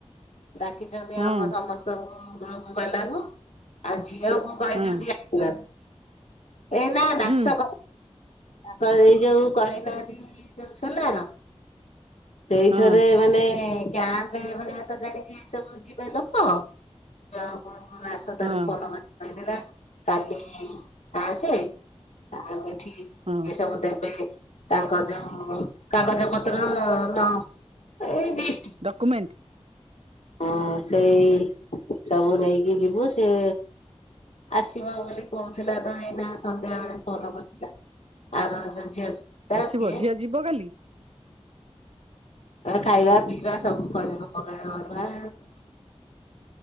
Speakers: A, on the left (about 85°); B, on the right (about 60°).
A: ଡାକିଛନ୍ତି
B: ହଁ
A: ଆମ ସମସ୍ତଙ୍କୁ ଗ୍ରୁପବାଲାଙ୍କୁ। ଆଉ ଝିଅକୁ କହିଛନ୍ତି
B: ହଁ
A: ଆସିବାକୁ ଏ ନା ନାଶ
B: ହୁଁ
A: ତାଙ୍କର ଏଇ ଯୋଉ କରିନାହାନ୍ତି ଯୋଉ ସୋଲାର ସେଇଥିରେ
B: ହଁ
A: ମାନେ କ୍ୟାମ୍ପ ଭଳିଆ ତ ଜାଣିକି ଏ ସବୁ ଯିବେ ଲୋକ ଝିଅ ଆସ
B: ହଁ
A: ତାର ଫୋନ କରିିକି କହିଥିଲା କାଦଲି ଆସେ ତାପ ଏଠିକି।
B: ହଁ।
A: ସବୁ ଦେବେ ତାଙ୍କ ଯୋଉ କାଗଜ ପତ୍ର ନ ଏଇ ଲିଷ୍ଟ
B: ଡକ୍ୟୁମେଣ୍ଟ
A: ହଁ ସେଇ ସବୁ ନେଇକି ଯିବୁ ସେ ଆସିବ ବୋଲି କହୁଥିଲା ତ ଏଇନା ସନ୍ଧ୍ୟା ବେଳେ ଫୋନ କରିଥିଲା। ଆର ଅଜା ଝିଅଟେ ତ
B: ଆସିବ
A: ସିଏ
B: ଝିଅ ଯିବ କାଲି?
A: ଖାଇବା ପିଇବା ସବୁ କରିବା <unintelligible>